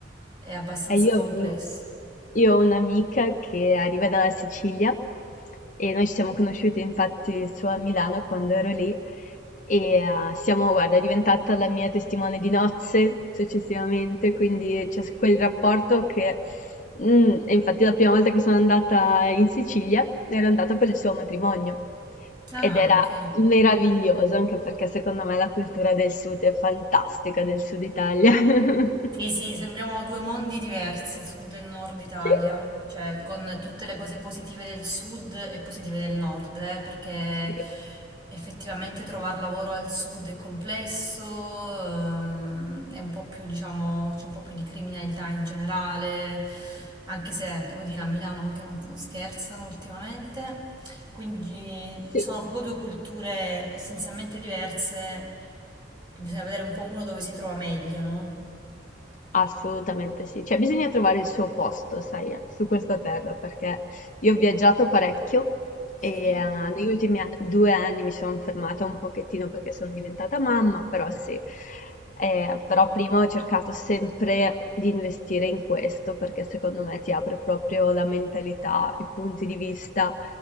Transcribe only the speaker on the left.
E io
avevo io ho un'amica che arriva dalla Sicilia e noi ci siamo conosciute infatti su a Milano quando ero lì e eh, siamo, guarda, è diventata la mia testimone di nozze successivamente, quindi c'è s- quel rapporto che... mm, e infatti la prima volta che sono andata in Sicilia ero andata per il suo matrimonio
ed era
meraviglioso anche perché secondo me la cultura del sud è fantastica, del sud Italia. <laughs>
Sì.
Sì.
Sì.
Assolutamente sì, cioè bisogna trovare il suo posto, sai, su questa terra, perché io ho viaggiato parecchio
e eh, negli ultimi a- due anni mi sono fermata un pochettino perché sono diventata mamma, però sì, Eh, però prima ho cercato sempre di investire in questo perché secondo me ti apre proprio la mentalità, i punti di vista